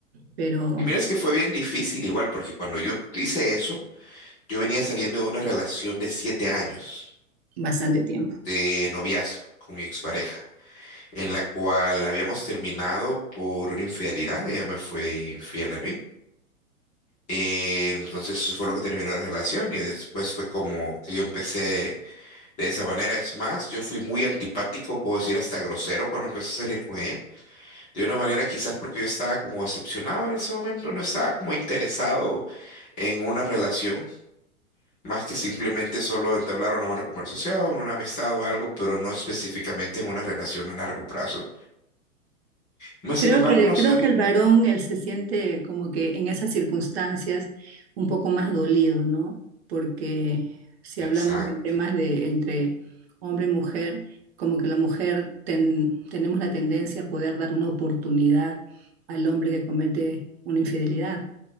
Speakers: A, on the right; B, on the left.
A: pero
B: Y mira, es que fue bien difícil igual, porque cuando yo hice eso, yo venía saliendo de una relación de siete años.
A: bastante tiempo.
B: de noviazgo con mi expareja, en la cual habíamos terminado por una infidelidad, ella me fue infiel a mí. Eh, entonces eso fue lo que terminó la relación y después fue como que yo empecé de esa manera. Es más, yo fui muy antipático, puedo decir hasta grosero cuando empecé a salir con ella. De una manera quizás porque yo estaba como decepcionado en ese momento, no estaba como interesado en una relación. más que simplemente solo entablar una buena conversación, una amistad o algo, pero no específicamente en una relación a largo plazo. Mas,
A: Creo
B: sin embargo,
A: que,
B: no
A: creo
B: sé,
A: que el varón, él se siente como que en esas circunstancias un poco más dolido, ¿no? Porque si
B: exacto.
A: hablamos de temas de entre hombre y mujer, como que la mujer ten- tenemos la tendencia a poder dar una oportunidad al hombre que comete una infidelidad.